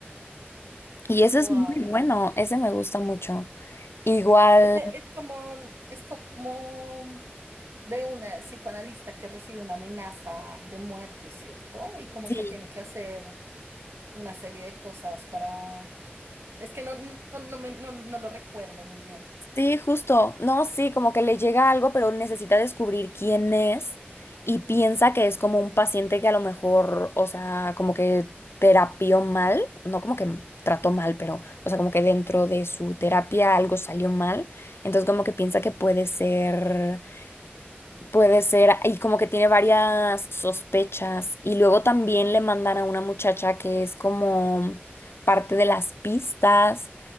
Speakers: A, on the left (about 75°); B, on the right (about 80°).
A: Y ese
B: Wow.
A: es muy bueno, ese me gusta mucho. Igual,
B: Ese es como, es como de una psicoanalista que recibe una amenaza de muerte, ¿cierto? Y como
A: sí,
B: que tiene que hacer una serie de cosas para... Es que no, no, no, no me- no, no lo recuerdo muy bien.
A: Sí, justo. No, sí, como que le llega algo, pero necesita descubrir quién es y piensa que es como un paciente que a lo mejor, o sea, como que terapió mal, no como que trató mal, pero, o sea, como que dentro de su terapia algo salió mal. Entonces, como que piensa que puede ser. Puede ser, y como que tiene varias sospechas. Y luego también le mandan a una muchacha que es como parte de las pistas.